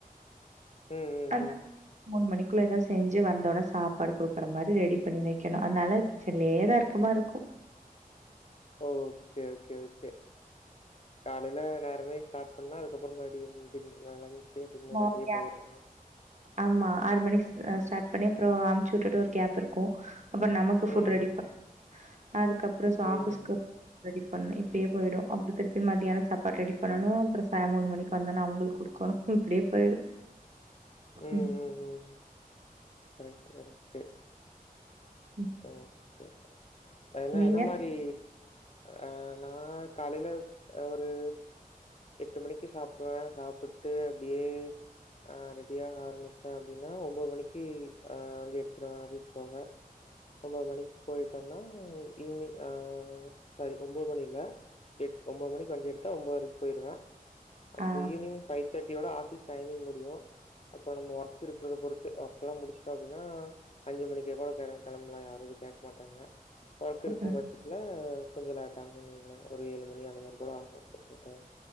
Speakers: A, on the left; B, on the right.
A: ம், ம்,
B: அ
A: ம்.
B: மூணு மணிக்கு ள்ள எதா செஞ்சு வந்தொன்ன சாப்பாடு குடுக்குற மாரி ரெடி பண்ணி வெக்கணு அதனால கிச்சன்லயேதா இருக்க மாரி இருக்கு
A: ஓகே ஓகே ஓகே காலைல நேரமே ஸ்டார்ட் பண்ணா அதுக்கப்புறோ மறுபடியு <unintelligible> ஞ்சு டின்னர்
B: ஒரு
A: அப்டியே
B: கேப்
A: போயிரு
B: ஆமா ஆறு மணி ஸ் ஸ்டார்ட் பண்ணி அப்புறோ அமுச்சு விட்டுட்டு ஒரு கேப் இருக்கு அப்பறோ நமக்கு ஃபுட்
A: ம்.
B: ரெடி பண் அதுக்கப்புறோ
A: ம்.
B: ஆஃபீஸ்க்கு ரெடி பண்ணு இப்படியே போயிடு அப்புறோ திருப்பி மதியான சப்பாடு ரெடி பண்ணூ அப்புறோ சார் மூண் மணிக்கு வந்தொன்ன அவுங்களுக்கு குடுக்கணு இப்படியே போயிடு
A: உம்
B: ம்
A: உம் உம் கரெக்ட் கரெக்ட் ட்டு
B: ம்
A: ஓகே பேசற என்ன
B: நீங்க
A: என்ன மாரி ஆஹ் நா காலைல ஒரு எட்டு மணிக்கு சாப்பிடுவ சாப்பிட்டு அப்டியே ஆஹ் ரெடியாக ஆரம்பிச் ச அப்படின்னா ஒன்பது மணிக்கு வண்டி எடுத்துருவ ஆஃபீஸ் போக ஒன்பது மணிக்கு போயிட்டன்னா உ ஈவினிங் ஆஹ சாரி ஒன்பது மணில்ல எட் ஒன்பது மணிக்கு வண்டி எடுத்தா ஒன்பதரைக் போயிருவ அப்பறோ
B: ஆ
A: ஈவினிங் ஃபைவ் தேட்டியோட ஆபீஸ் டைமிங் முடியு அப்புறோ நம்ம ஒர்க் இருக்கிறத பொறுத் ஒர்க் எல்லா முடிச்சிட்டோ அப்டினா அஞ்சு மணிக்கே கூட கிளம் கிளம்பலா யாரோ அத கேட்க மாட்டாங்க பழக்கோ இருக்கும்
B: ம்
A: பட்சத்துல கொஞ்சோ லேட்டாகுங்களே ஒரு ஏழு மணி அந்த மாரி கூட ஆகோ ஒரு சுத்து